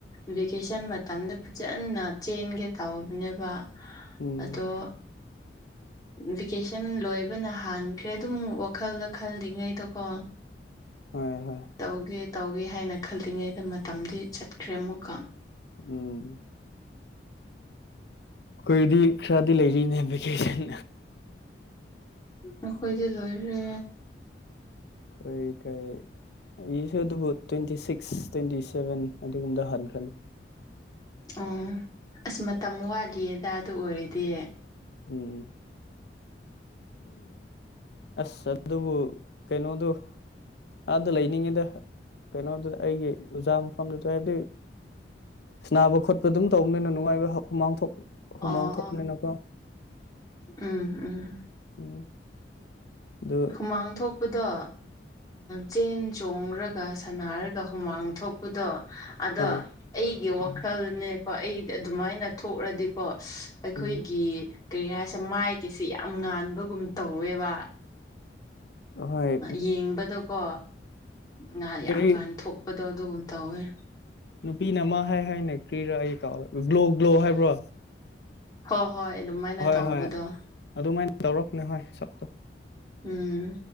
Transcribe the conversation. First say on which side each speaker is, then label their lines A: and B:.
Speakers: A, on the left; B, on the left.
A: ꯚꯦꯀꯦꯁꯟ ꯃꯇꯝꯗ ꯐꯖꯅ ꯆꯦꯟꯒꯦ ꯇꯧꯕꯅꯦꯕ
B: ꯎꯝ
A: ꯑꯗꯣ ꯚꯦꯀꯦꯁꯟ ꯂꯣꯏꯕꯅ ꯍꯥꯟꯈ꯭ꯔꯦ ꯑꯗꯨꯝ ꯋꯥꯈꯜꯗ ꯈꯜꯂꯤꯉꯩꯗꯀꯣ
B: ꯍꯣꯏ ꯍꯣꯏ
A: ꯇꯧꯒꯦ ꯇꯧꯋꯦ ꯍꯥꯏꯅ ꯈꯜꯂꯤꯉꯩꯗ ꯃꯇꯝꯗꯤ ꯆꯠꯈ꯭ꯔꯦ ꯑꯃꯨꯛꯀ
B: ꯎꯝ ꯑꯩꯈꯣꯏꯗꯤ ꯈꯔꯗꯤ ꯂꯩꯔꯤꯅꯦ ꯚꯦꯀꯦꯁꯟ
A: ꯑꯩꯈꯣꯏꯗꯤ ꯂꯣꯏꯔꯦ
B: ꯑꯩꯏ ꯀꯩ ꯑꯩꯁꯨ ꯑꯗꯨꯕꯨ ꯇ꯭ꯋꯦꯟꯇꯤ ꯁꯤꯛꯁ ꯇ꯭ꯋꯦꯟꯇꯤ ꯁꯚꯦꯟ ꯑꯗꯨꯒꯨꯝꯗ ꯍꯟꯈ꯭ꯔꯅꯤ
A: ꯑꯣ ꯑꯁ ꯃꯇꯝ ꯋꯥꯠꯂꯤꯌꯦꯗ ꯑꯗꯨ ꯑꯣꯏꯔꯗꯤ
B: ꯎꯝ ꯑꯁ ꯑꯗꯨꯕꯨ ꯀꯩꯅꯣꯗꯣ ꯑꯥꯗ ꯂꯩꯅꯤꯡꯉꯤꯗ ꯀꯩꯅꯣꯗꯨꯗ ꯑꯩꯒꯤ ꯑꯣꯖꯥ ꯃꯐꯝꯗꯨꯗ ꯍꯥꯏꯕꯗꯤ ꯁꯅꯥꯕ ꯈꯣꯠꯄ ꯑꯗꯨꯝ ꯇꯧꯕꯅꯤꯅ ꯅꯨꯡꯉꯥꯏꯕ ꯍꯨꯃꯥꯡꯊ ꯍꯨꯃꯥꯡ
A: ꯑꯣ
B: ꯊꯣꯛꯅꯤꯅꯀꯣ
A: ꯎꯝ ꯎꯝ
B: ꯎꯝ ꯑꯗꯨ
A: ꯍꯨꯃꯥꯡ ꯊꯣꯛꯄꯗꯣ ꯆꯦꯟ ꯆꯣꯡꯔꯒ ꯁꯅꯔꯒ ꯍꯨꯃꯥꯡ ꯊꯣꯛꯄꯗꯣ ꯑꯗꯣ
B: ꯍꯣꯏ
A: ꯑꯩꯒꯤ ꯋꯥꯈꯜꯅꯦ
B: ꯎꯝ
A: ꯀ ꯑꯩꯗꯤ ꯑꯗꯨꯃꯥꯏꯅ ꯊꯣꯛꯈ꯭ꯔꯗꯤꯀꯣ ꯑꯩꯈꯣꯏꯒꯤ
B: ꯎꯝ
A: ꯀꯩ ꯍꯥꯏꯁꯦ ꯃꯥꯏꯒꯤꯁꯤꯦ ꯌꯥꯝ ꯉꯥꯟꯕꯒꯨꯝ ꯇꯧꯋꯦꯕ
B: ꯍꯣꯏ
A: ꯌꯦꯡꯕꯗꯀꯣ ꯉꯥꯏꯍꯥꯛ
B: ꯀꯔꯤ
A: ꯌꯥꯝ ꯉꯥꯟꯊꯣꯛꯄꯗꯣ ꯑꯗꯨꯒꯨꯝ ꯇꯧꯋꯦ
B: ꯅꯨꯄꯤꯅ ꯑꯃ ꯍꯥꯏ ꯍꯥꯏꯅ ꯀ꯭ꯔꯤꯔ ꯑꯩ ꯀꯥꯎꯔꯒꯦ ꯒ꯭ꯂꯣ ꯒ꯭ꯂꯣ ꯍꯥꯏꯕ꯭ꯔꯣ
A: ꯍꯣꯏ ꯍꯣꯏ ꯑꯗꯨꯃꯥꯏꯅ
B: ꯍꯣꯏ
A: ꯇꯧꯕꯗꯣ
B: ꯍꯣꯏ ꯑꯗꯨꯃꯥꯏꯅ ꯇꯧꯔꯛꯄꯅꯦ ꯍꯣꯏ ꯁꯛꯇꯣ
A: ꯎꯝ